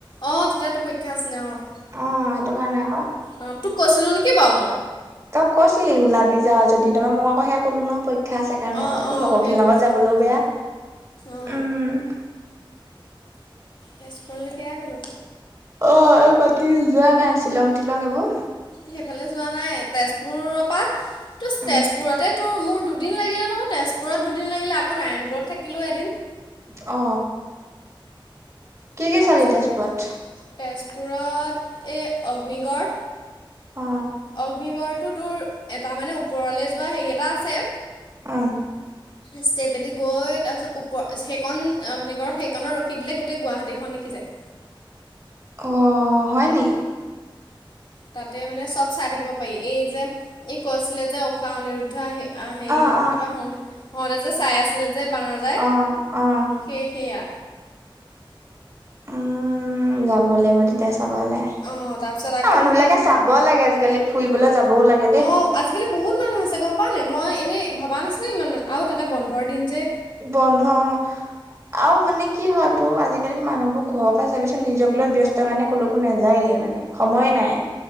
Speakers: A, on the left; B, on the right.
A: অ', তেতিয়া তো পৰীক্ষা আছিলে অ'।
B: অ', সেইটো কাৰণে আকৌ।
A: অ', তোক কৈছিলোঁ নিকি বাও মই।
B: তই কৈছিলি ওলাবি যা যদি তাৰ মই আকৌ সয়া কলো নহয়ই পৰীক্ষ- ক্ষাছে সেই কাৰণে
A: অঁ
B: আকৌ
A: অঁ
B: লগৰখিনিৰ
A: সেইটো
B: লগত
A: কথা
B: যাবলৈও
A: হ'ল অঁ।
B: বেয়া।
A: অঁ।
B: উম।
A: তেজপুৰলৈকেয়া গ'লো।
B: অ এই বাকী যোৱা নাই শ্বিলং তিলং এইবো?
A: সেইফালে যোৱা নাই তেজপুৰৰ পা তো
B: উম
A: তেজপুৰতে তো মোৰ দুদিন লাগিলে নহয় তেজপুৰত দুদিন লাগিলে আকৌ নাৰায়ণপুৰত থাকিলো এদিন।
B: অ। কি কি
A: তাপিছতা
B: চালি তেজপুৰত
A: তেজপুৰত এ অগ্নিগড়
B: অ
A: অগ্নিগড়টো তোৰ এটা মানে ওপৰলে যোৱা হেৰি এটা আছে।
B: ওহ।
A: ষ্টেপ এদি গৈ তাৰপিছত ওপ সেইকণত অগ্নিগড়ৰ সেইকণত ৰখি দিলে গোটেই গুৱাহাটীখন দেখি যায়।
B: অ হয় নি?
A: তাতে মানে চব চাই থাকিব পাৰি এই যে এই কৈছিলে যে ঊষাহ অনিৰুদ্ধ আহি আহ সেৰি
B: অ অ
A: কিবা হওঁতে হওঁতে যে চাই আছিলে যে বানৰজা
B: অ অ।
A: সে সেয়া।
B: উম যাব লাগিব তেতিয়া চাবলে।
A: অঁ তাৰপিছত আকৌ
B: অ মানুহ বিলাকে
A: সেই
B: চাবও লাগে আজিকালি ফুৰিবলৈ যাবও লাগে দেই।
A: অঁ আজিকালি বহুত মানুহ আছে গম পাও নে মই এনেই ভবা নাছিলো ইমান আৰু তাতে বন্ধৰ দিন যে।
B: বন্ধ অ। আৰু মানে কি হয় তো আজিকালি মানুহবোৰ ঘৰৰ পৰা চাবি চুন নিজক লৈ ব্যস্ত কাৰণে কলোক- কো নাযায়েই মানে, সময়ে নাই।